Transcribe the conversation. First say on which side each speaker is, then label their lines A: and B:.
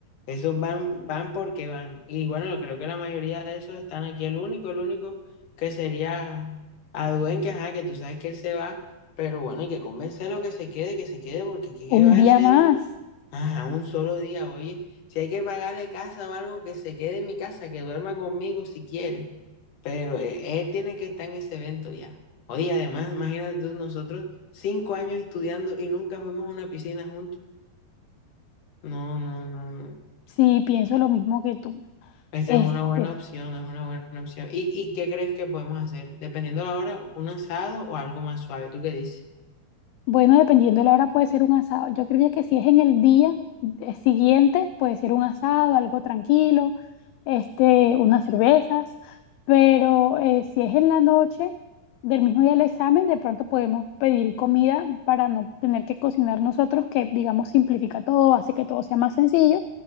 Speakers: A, on the left (about 50°); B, on the left (about 80°).
A: Esos van, van porque van. Y bueno, creo que la mayoría de esos están aquí. El único, el único que sería Aduen, que ajá, que tú sabes que él se va, pero bueno, hay que convencerlo que se quede, que se quede, porque ¿qué qué
B: Un
A: va
B: día
A: a hacer?
B: más,
A: Ajá, un solo día, oye. Si hay que pagarle casa o algo, que se quede en mi casa, que duerma conmigo si quiere. Pero e- él tiene que estar en ese evento ya. Oye, además, imagínate tú, nosotros cinco años estudiando y nunca fuimos a una piscina juntos. No, no, no, no.
B: sí, pienso lo mismo que tú.
A: Esa
B: Este,
A: es una buena opción, es una buena opción. ¿Y, y qué crees que podemos hacer? Dependiendo de la hora, un asado o algo más suave. ¿Tú qué dices?
B: Bueno, dependiendo de la hora puede ser un asado. Yo creía que si es en el día eh, siguiente puede ser un asado, algo tranquilo, este, unas cervezas, pero eh, si es en la noche del mismo día del examen, de pronto podemos pedir comida para no tener que cocinar nosotros, que digamos simplifica todo, hace que todo sea más sencillo.